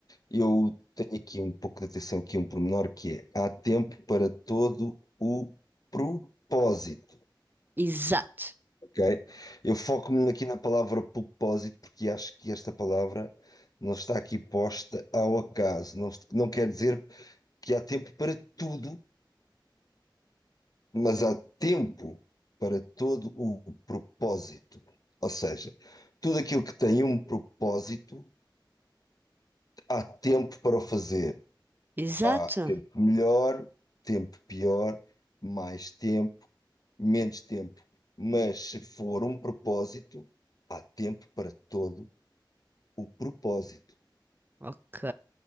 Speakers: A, on the left; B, on the right.
A: eu tenho aqui um pouco de atenção, aqui um pormenor que é há tempo para todo o propósito,
B: exato,
A: ok? Eu foco-me aqui na palavra propósito porque acho que esta palavra não está aqui posta ao acaso. Não, não quer dizer que há tempo para tudo mas há tempo para todo o propósito. Ou seja, tudo aquilo que tem um propósito, há tempo para o fazer.
B: exato.
A: Há tempo melhor, tempo pior, mais tempo, menos tempo. Mas se for um propósito, há tempo para todo o propósito.
B: Ok.